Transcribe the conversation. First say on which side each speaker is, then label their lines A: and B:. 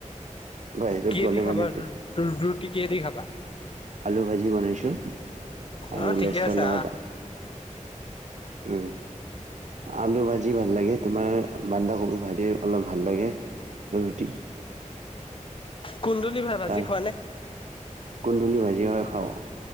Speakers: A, on the right; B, on the left.
A: বাহিৰত
B: কিহেদি
A: গ'লে
B: খাবাৰ
A: মানে
B: ৰুটি? কি দি খাবা?
A: আলু ভাজি বনাইছো, আৰু
B: অ ঠিকে
A: লেচেৰা
B: আছে
A: লগত উম। আলু ভাজি ভাল লাগে, তোমাৰ বন্ধাকবি ভাজি অলপ ভাল লাগে, ৰুটি
B: কুন্দুলি ভাই ভাজি
A: তাৰ
B: খোৱা নে?
A: কুন্দুলি ভাজি হয় খাওঁ।